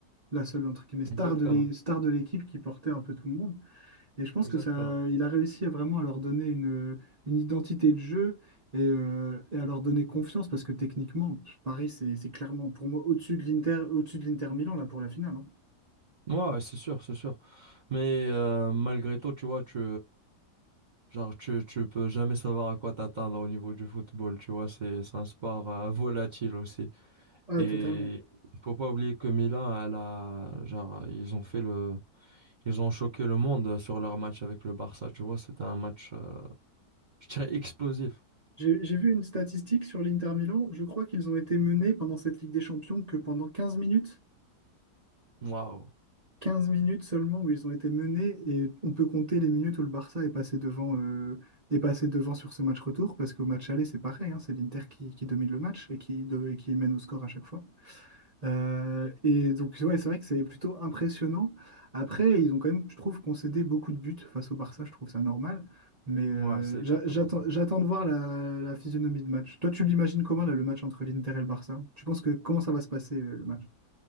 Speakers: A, on the right; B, on the right.
A: la seule, entre guillemets, star
B: Exactement,
A: de l'é- star de l'équipe qui portait un peu tout le monde. Et je pense
B: exactement.
A: que ça, il a réussi à vraiment à leur donner une, une identité de jeu et, euh, et à leur donner confiance parce que techniquement, Paris, c'est c'est clairement pour moi au-dessus de l'Inter, au-dessus de l'Inter Milan là pour la finale. hein.
B: Ouais, ouais, c'est sûr, c'est sûr. Mais euh, malgré tout, tu vois, tu, Genre, tu, tu peux jamais savoir à quoi t'attendre au niveau du football, tu vois, c'est, c'est un sport euh, volatile aussi.
A: Ah,
B: Et
A: totalement.
B: il faut pas oublier que Milan, elle a, genre, ils ont fait le, ils ont choqué le monde sur leur match avec le Barça, tu vois, c'était un match, euh, je dirais, explosif.
A: J'ai j'ai vu une statistique sur l'Inter Milan. Je crois qu'ils ont été menés pendant cette Ligue des Champions que pendant 15 minutes.
B: Waouh.
A: quinze minutes seulement où ils ont été menés et on peut compter les minutes où le Barça est passé devant, euh, est passé devant sur ce match retour parce qu'au match aller, c'est pareil. hein, c'est l'Inter qui, qui domine le match et qui, de- et qui mène au score à chaque fois. Euh, et donc, ouais, c'est vrai que c'est plutôt impressionnant. Après, ils ont quand même, je trouve, concédé beaucoup de buts face au Barça, je trouve ça normal. Mais euh,
B: Ouais, c'est exactement
A: j'a- j'attends,
B: ça.
A: j'attends de voir la, la physionomie de match. Toi, tu l'imagines comment, là, le match entre l'Inter et le Barça? Tu penses que comment ça va se passer, euh, le match?